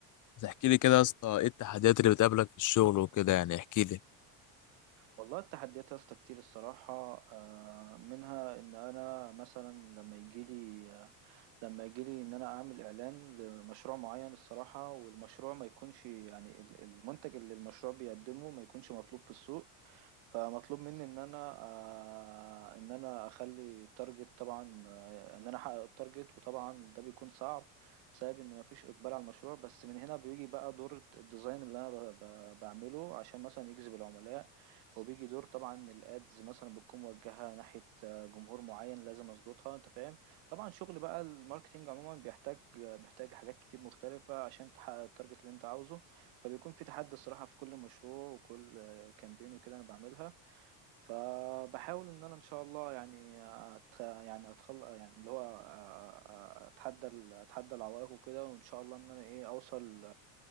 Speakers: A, on the left (about 40°); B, on the right (about 70°).
A: تحكي لي كده يا اسطى ايه التحديات اللي بتقابلك في الشغل وكده يعني احكي لي
B: والله التحديات يا اسطى كتير الصراحة آه، منها ان انا مثلا لما يجيلي آه، لما يجيلي ان انا اعمل اعلان لمشروع معين الصراحة والمشروع ما يكونش يعني ال- المنتج اللي المشروع بيقدمه ما يكونش مطلوب في السوق فمطلوب مني ان انا آه، ان انا اخلي التارجت طبعا آه، ان انا احقق التارجت وطبعا ده بيكون صعب بسبب ان مفيش اقبال على المشروع بس من هنا بيجي بقى دور الديزاين اللي انا ب- ب- بعمله عشان مثلا يجذب العملاء وبيجي دور طبعا الادز مثلا بتكون موجهه ناحيه آه، جمهور معين لازم اظبطها انت فاهم طبعا شغل بقى الماركتينج عموما بيحتاج آه، بيحتاج حاجات كتير مختلفه عشان تحقق التارجت اللي انت عاوزه فبيكون في تحدي الصراحه في كل مشروع وكل كامبين وكده انا بعملها فبحاول ان انا ان شاء الله يعني أت... يعني اتخل يعني اللي هو أ- أ- اتحدى ال- اتحدى العوائق وكده وان شاء الله ان انا ايه اوصل